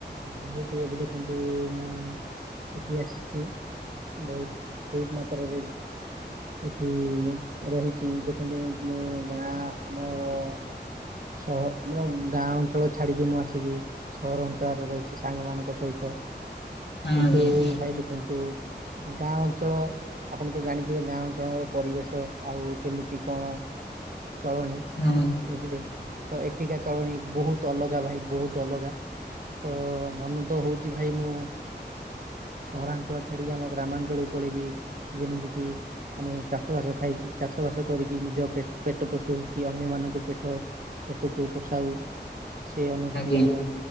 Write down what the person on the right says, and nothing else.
ବୋହୁତ୍ ଏବେ ଦେଖନ୍ତୁ ମୁଁ ଏଠି ଆସିଚି। ବହୁତ୍ ବହୁତ୍ ମାତ୍ରାରେ ଏଠି ରହିଚି ଦେଖନ୍ତୁ ମୁଁ ମା ଆମର ସହ ଆମର ଗାଁ ଅଞ୍ଚଳ ଛାଡିକି ମୁଁ ଆସିକି ସହର ଅଞ୍ଚାରେ ରହିଛି ସାଙ୍ଗ ମାନଙ୍କ ସହିତ
କିନ୍ତୁ ଭାଇ ଦେଖନ୍ତୁ ଗାଁ ଅଞ୍ଚଳ ଆପଣ ତ ଜାଣିଥିବେ ଗାଁ ଅଞ୍ଚଳର ପରିବେଶ ଆଉ କେମିତି କଣ ଚଳଣି
ବୁଝିଲେ ତ ଏଠିକା ଚଳଣି ବହୁତ ଅଲଗା ଭାଇ ବହୁତ ଅଲଗା। ତ ମନ ତ ହଉଚ ଭାଇ ମୁଁ ସହରାଞ୍ଚଳ ଛାଡିକି ଆମ ଗ୍ରାମାଞ୍ଚଳକୁ ପଳେଇବି ଯେମିତି କି ଆମେ ଚାଷ ବାସ ଖାଇକି ଚାଷ ବାସ କରିକି ନିଜ ପେ ପେ ଟେ ପେଟ ପୋଷୁ କି ଅନ୍ୟ ମନଙ୍କୁ ପେଟ ପେଟକୁ ପୋଷାଉ ସେ ଅନୁଭୂତି
ମୋର